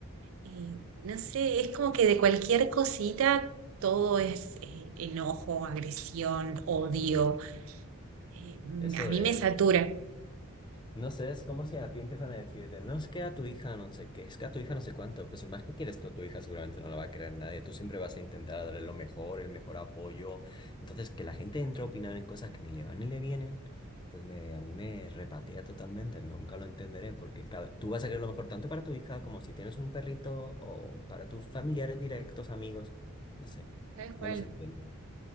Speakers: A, on the right (about 70°); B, on the left (about 20°).
A: eh, no sé, es como que de cualquier cosita... Todo es eh, enojo, agresión, odio
B: Y
A: eh,
B: eso
A: a mí
B: es.
A: me satura.
B: No sé, es como si a ti empiezan a decirte, no es que a tu hija no sé qué, es que a tu hija no sé cuánto, pues sin más que quieres tú a tu hija seguramente no la va a querer nadie, tú siempre vas a intentar darle lo mejor, el mejor apoyo, entonces que la gente entre a opinar en cosas que ni le van ni le vienen, pues me, a mí me repatea totalmente, nunca lo entenderé, porque cada- tú vas a querer lo mejor tanto para tu hija como si tienes un perrito o para tus familiares directos, amigos, no sé,
A: Tal cual,
B: no los entiendo.